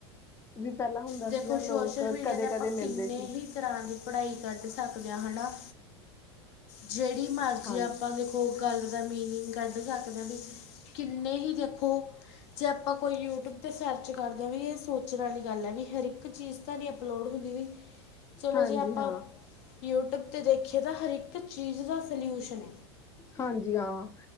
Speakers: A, on the left; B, on the left.
A: ਵੀ ਪਹਿਲਾਂ ਹੁੰਦਾ
B: ਦੇਖੋ
A: ਸੀਗਾ ਲੋਕ
B: ਸੋਸ਼ਲ-ਮੀਡੀਆ
A: ਕਦੇ-ਕਦੇ
B: ਤੇ ਆਪਾਂ
A: ਮਿਲਦੇ
B: ਕਿੰਨੇ
A: ਸੀ।
B: ਹੀ ਤਰਾਂ ਦੀ ਪੜਾਈ ਕੱਢ ਸਕਦੇ ਆ ਹਨਾ, ਜੇਹੜੀ ਮਰਜ਼ੀ
A: ਹਾਂਜੀ
B: ਆਪਾਂ ਦੇ ਕੋਈ ਗੱਲ ਦਾ ਮੀਨਿੰਗ ਕੱਢ ਸਕਦੇ ਆ ਵੀ ਕਿੰਨੇ ਹੀ ਦੇਖੋ ਜੇ ਆਪਾਂ ਕੋਈ ਯੂਟਿਊਬ ਤੇ ਸਰਚ ਕਰਦੇ ਆ ਵੀ ਏਹ ਸੋਚਣ ਆਲੀ ਗੱਲ ਐ ਵੀ ਹਰੀਕ ਚੀਜ਼ ਤਾ ਨੀ ਅਪਲੋਡ ਹੁੰਦੀ ਵੀ। ਚਲੋ
A: ਹਾਂਜੀ
B: ਜੇ ਆਪਾਂ
A: ਹਾਂ,
B: ਯੂਟਿਊਬ ਤੇ ਦੇਖੀਏ ਤਾਂ ਹਰੀਕ ਚੀਜ਼ ਦਾ ਸਲਿਊਸ਼ਨ ਐ।
A: ਹਾਂਜੀ ਹਾਂ।